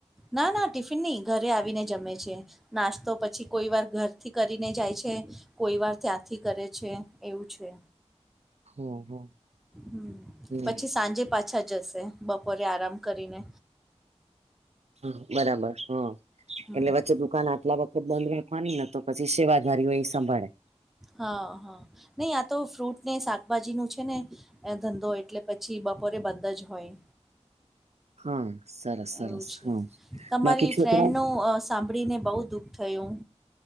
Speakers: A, in the centre; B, on the right (about 65°).
A: ના ના ટિફિન નહી ઘરે આવીને જમે છે. નાસ્તો પછી કોઈ વાર ઘરથી કરીને જાય છે. કોઈ વાર ત્યાંથી કરે છે એવું છે.
B: હમ હમ.
A: હમ
B: હમ
A: પછી સાંજે પાછા જશે બપોરે આરામ કરીને.
B: હા બરાબર હા
A: હમ
B: એટલે વચ્ચે દુકાન આટલા વખત બંધ રે વાની ન તો પછી સેવાધારીઓ એ સંભાળે
A: હા હા નહી આ તો ફ્રૂટ ને શાકભાજી નું છે ને એ ધંધો એટલે પછી બપોરે બંધ જ હોય.
B: હા સરસ સરસ
A: એવું છે
B: હા
A: તમારી
B: બાકી છોકરાઓ
A: ફ્રેન્ડ નું અ સાંભળીને બહુ દુઃખ થયું.